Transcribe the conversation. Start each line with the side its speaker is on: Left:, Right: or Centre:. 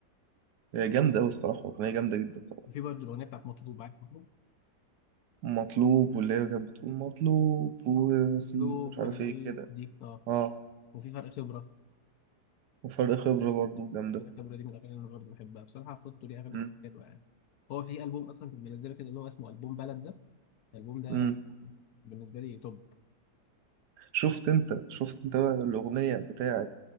Right: هي جامده قوي الصراحه اغنيه جامده جدا طبعا
Left: وفي برضو الاغنيه بتاعت مطلوب عارف مطلوب
Right: والمطلوب واللي هي كانت بتقول مطلوب ورصيد
Left: مطلوب
Right: مش
Left: وانا
Right: عارف ايه
Left: غريب
Right: كده
Left: دي اه
Right: اه
Left: وفي فرق خبره
Right: وفرق خبره برضه جامده
Left: الخبرة دي من الأغاني اللي أنا برضه بحبها بصراحة عفروتو ليه أغاني
Right: امم
Left: كتير حلوة يعني هو في ألبوم أصلا كنت منزله كده اللي هو اسمه ألبوم بلد ده الألبوم ده
Right: امم
Left: بالنسبة لي توب
Right: شفت انت شفت انت بقى الاغنيه بتاعه